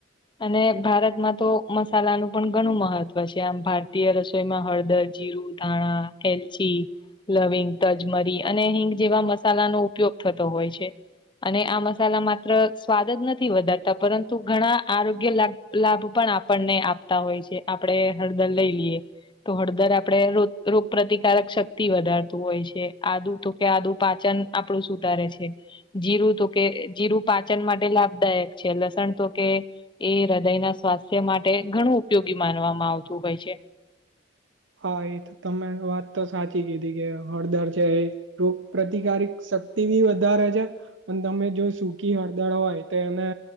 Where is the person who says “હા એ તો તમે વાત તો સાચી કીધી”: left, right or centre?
Right